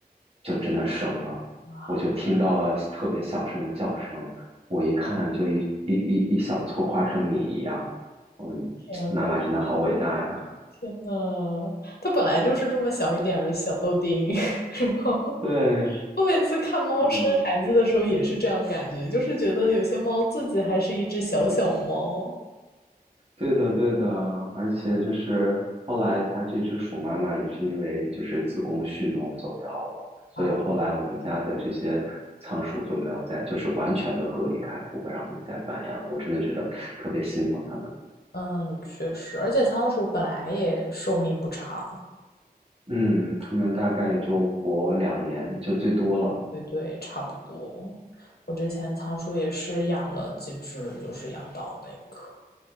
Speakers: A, on the right; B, on the left.
A: 就真的生了，
B: 啊，
A: 我就听到了特别小声的叫声。我一看就一一一一小撮花生米一样，嗯，
B: 天呐，
A: 妈妈真的好伟大呀！
B: 天呐，它本来就是这么小一点儿的小豆丁，<laughs> 然后
A: 对，
B: 我每次看猫生孩子的时候也是这样感觉，
A: 那个，
B: 就是觉得有些猫自己还是一只小小猫。
A: 对的，对的，而且就是后来它这只鼠妈妈也是因为就是子宫蓄脓走掉了，所以后来我们家的这些仓鼠就没有再就是完全的隔离开，
B: 啊，
A: 不会让它们再繁衍了。我真的觉得特别心疼它们。
B: 嗯，确实，而且仓鼠本来也寿命不长，
A: 嗯，它们大概就活两年就最多了。
B: 对对，差不多。我之前仓鼠也是养了几只，就是养到那个。